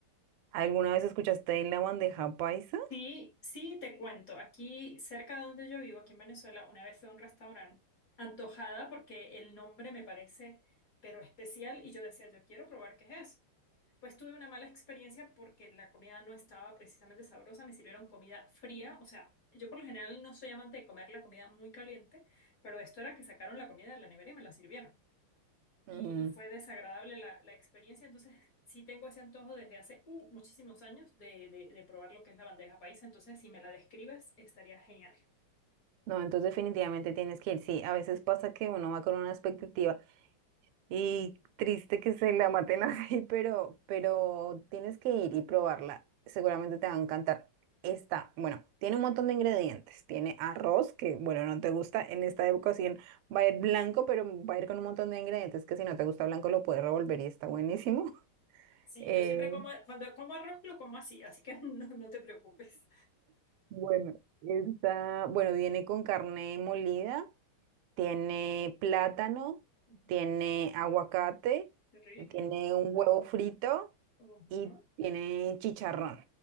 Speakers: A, on the right (about 85°); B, on the left (about 55°).
A: ¿Alguna vez escuchaste de la bandeja paisa?
B: Sí, sí, te cuento. Aquí, cerca de donde yo vivo, aquí en Venezuela, una vez fui a un restaurante antojada porque el nombre me parece pero especial y yo decía, yo quiero probar qué es eso. Pues tuve una mala experiencia porque la comida no estaba precisamente sabrosa, me sirvieron comida fría, o sea, yo por lo general no soy amante de comer la comida muy caliente, pero esto era que sacaron la comida de la nevera y me la sirvieron.
A: Mm,
B: y, y fue desagradable la, la experiencia. Entonces, <laughs> sí tengo ese antojo desde hace uh, muchísimos años de, de, de probar lo que es la bandeja paisa. Entonces, si me la describes, estaría genial.
A: No, entonces definitivamente tienes que ir. Sí, a veces pasa que uno va con una expectativa. Y triste que se la maten <laughs> así, pero, pero tienes que ir y probarla. Seguramente te va a encantar. Esta, bueno, tiene un montón de ingredientes. Tiene arroz, que bueno, no te gusta en esta época, sí va a ir blanco, pero va a ir con un montón de ingredientes que si no te gusta blanco lo puedes revolver y está buenísimo. <laughs>
B: Sí,
A: Eh,
B: yo siempre como, cuando como arroz, lo como así, así que <laughs> no, no te preocupes.
A: bueno, está, bueno, viene con carne molida. tiene plátano,
B: Ujú,
A: tiene aguacate,
B: Qué rico.
A: tiene un huevo frito
B: Ujú.
A: y tiene chicharrón.